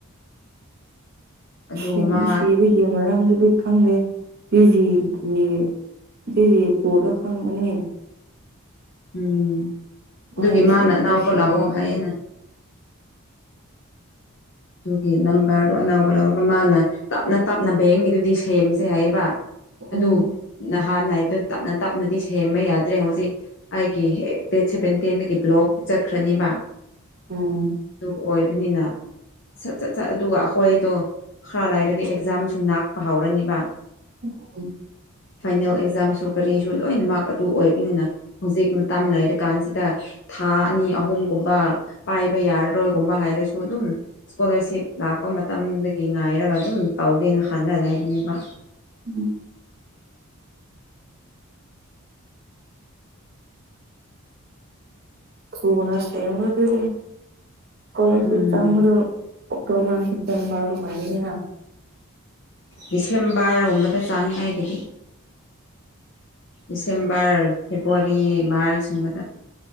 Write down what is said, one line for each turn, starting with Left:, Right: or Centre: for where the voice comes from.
Left: ꯑꯗꯨꯒ
Right: ꯁꯤꯡꯕ
Left: ꯃꯥ
Right: ꯁꯤꯕꯒꯤ ꯃꯔꯝꯗꯗꯤ ꯈꯪꯗꯦ ꯦꯖꯤꯒꯤ ꯦꯖꯤ ꯀꯣꯗ ꯈꯪꯒꯅꯤ
Left: ꯎꯝ
Right: ꯃꯥꯒꯤ
Left: ꯑꯗꯨꯒꯤ ꯃꯥꯅ
Right: ꯁꯦꯝꯗꯣ
Left: ꯑꯅꯥꯎꯕ
Right: ꯁꯤꯕꯅꯤ
Left: ꯂꯥꯛꯑꯣ ꯍꯥꯏꯌꯦꯅ ꯑꯗꯨꯒꯤ ꯅꯝꯕꯔꯗꯣ ꯑꯅꯕ ꯂꯧꯔꯒ ꯃꯥꯅ ꯇꯞꯅ ꯇꯞꯅ ꯕꯦꯡꯒꯤꯗꯨꯗꯤ ꯁꯦꯝꯁꯦ ꯍꯥꯏꯌꯦꯕ
Right: ꯎꯝ
Left: ꯑꯗꯨ ꯅꯍꯥꯟ ꯍꯥꯏꯕꯗ ꯇꯞꯅ ꯇꯞꯅꯗꯤ ꯁꯦꯝꯕ ꯌꯥꯗ꯭ꯔꯦ ꯍꯧꯖꯤꯛ ꯑꯩꯒꯤ ꯗꯦꯠ ꯁꯦꯕꯦꯟꯇꯦꯟꯗꯒꯤ ꯕ꯭ꯂꯣꯛ ꯆꯠꯈ꯭ꯔꯅꯤꯕ
Right: ꯎꯝ
Left: ꯑꯗꯨ ꯑꯣꯏꯕꯅꯤꯅ ꯁꯠ ꯆꯠ ꯁꯠ ꯑꯗꯨꯒ ꯑꯩꯈꯣꯏꯗꯣ ꯈꯔ ꯂꯥꯏꯔꯗꯤ ꯑꯦꯛꯖꯥꯝꯁꯨ ꯉꯥꯛꯄ ꯍꯧꯔꯅꯤꯕ
Right: ꯎꯝ
Left: ꯐꯥꯏꯅꯦꯜ ꯑꯦꯛꯖꯥꯝꯁꯨ ꯀꯔꯤꯁꯨ ꯂꯣꯏꯅ ꯃꯥꯔꯛ ꯑꯗꯨ ꯑꯣꯏꯕꯅꯤꯅ ꯍꯧꯖꯤꯛ ꯃꯇꯝ ꯂꯩꯔ ꯀꯥꯟꯁꯤꯗ ꯊꯥ ꯑꯅꯤ ꯑꯍꯨꯝꯒꯨꯝꯕ ꯄꯥꯏꯕ ꯌꯥꯔꯔꯣꯏꯒꯨꯝꯕ ꯍꯥꯏꯔꯁꯨ ꯑꯗꯨꯝ ꯏꯁꯀꯣꯂꯥꯔꯁꯤꯞ ꯂꯥꯛꯄ ꯃꯇꯝꯗꯒꯤ ꯉꯥꯏꯔꯒ ꯑꯗꯨꯝ ꯇꯧꯒꯦꯅ ꯈꯟꯅ ꯂꯩꯕꯅꯦꯕ꯫
Right: ꯎꯝ ꯊꯨꯅꯁ ꯊꯕ ꯑꯗꯨꯗꯤ ꯏꯁꯀꯣꯂꯔꯁꯤꯞ
Left: ꯎꯝ
Right: ꯆꯥꯡꯕ꯭ꯔꯣ ꯑꯣꯛꯇꯣꯕꯔ ꯁꯦꯞꯇꯦꯝꯔ ꯑꯗꯨ ꯑꯣꯏꯒꯅꯤꯅ
Left: ꯗꯤꯁꯦꯝꯕꯔꯒꯨꯝꯕꯗ ꯆꯪꯉꯦ ꯑꯩꯒꯤꯗꯤ꯫ ꯗꯤꯁꯦꯝꯕꯔ ꯐꯦꯕꯨꯋꯥꯔꯤ ꯃꯥꯔꯆꯒꯤ ꯃꯇꯝ